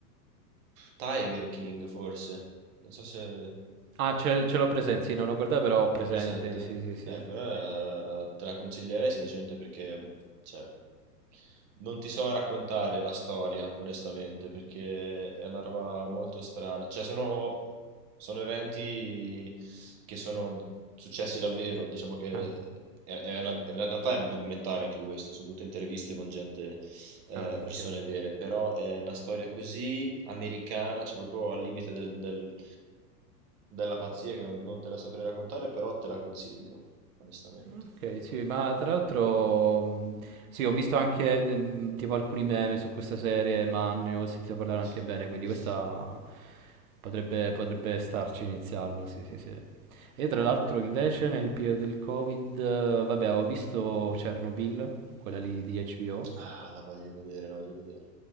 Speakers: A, on the right; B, on the right.
A: Tiger King, forse. Non so se...
B: Ah, ce, ce l'ho presente, sì, non l'ho guardato però ho presente,
A: È presente?
B: sì, sì, sì.
A: Eh, quella eh, te la consiglierei semplicemente perché, cioè, non ti so raccontare la storia, onestamente, perché è una roba molto strana. Cioè, sono, sono eventi che sono successi davvero, diciamo che
B: Ah,
A: è, è una- in realtà è un documentario anche questo, sono tutte interviste con gente eh,
B: ah, ok.
A: persone vere, però è una storia così americana, cioè proprio al limite del- del- della pazzia che non, non te la saprei raccontare, però te la consiglio, onestamente.
B: Ok, sì, ma tra l'altro, mh, sì, ho visto anche mh, tipo alcuni meme su questa serie, ma ne ho sentito parlare anche
A: <laughs>
B: bene, quindi
A: Sì.
B: questa potrebbe, potrebbe starci a iniziarlo, sì, sì, sì. E tra l'altro invece nel periodo del Covid, eh, vabbè, ho visto Chernobyl, quella lì di HBO,
A: Ah, la voglio vedere, la voglio vedere.